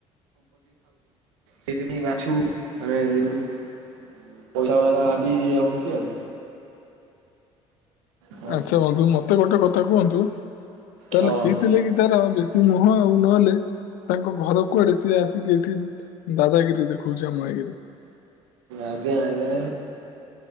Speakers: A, on the right (about 75°); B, on the left (about 65°).
A: ସେଥିପାଇଁ ମା ପଇସା ବାଲା ଭାବି ଇଏ ହଉଛି ଆଉ ହଁ
B: ଆଛା ବନ୍ଧୁ ମତେ ଗୋଟେ କଥା କୁହନ୍ତୁ? ତାହେଲେ
A: ହଁ
B: ସିଇଥିଲେ କି ସେ ମୁହଁ ଆଉ ନହେଲେ ତାଙ୍କ ଘର କୁଆଡେ ସିଏ ଆସିକି ଏଠି ଦାଦାଗିରି ଦେଖାଉଚି ଆମ ଆଗରେ
A: ଆଜ୍ଞ ଆଜ୍ଞା।